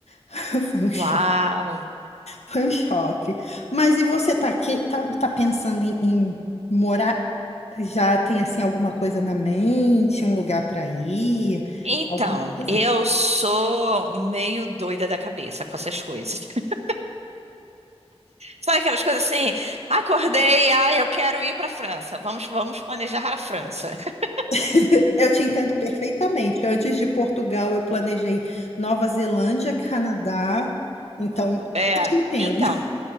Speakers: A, on the left; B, on the right.
A: <laughs> Foi um choque.
B: Uau!
A: Foi um choque. Mas e você tá aqui, tá, tá pensando em, em morar? Já tem assim alguma coisa na mente, um lugar para ir,
B: Então,
A: alguma coisa?
B: eu sou meio doida da cabeça com essas coisas. <laughs> Sabe aquelas coisas assim? Acordei, ai, eu quero ir para a França. Vamos, vamos planejar a França. <laughs>
A: <laughs> Eu te entendo perfeitamente. Antes de Portugal, eu planejei Nova Zelândia, Canadá. Então,
B: O- É,
A: eu te entendo.
B: então,
A: <laughs>